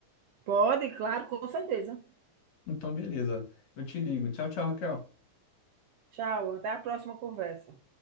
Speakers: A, on the right (about 70°); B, on the left (about 60°).
A: pode, claro, com certeza.
B: Então, beleza. Eu te ligo. Tchau, tchau, Raquel.
A: Tchau, até a próxima conversa.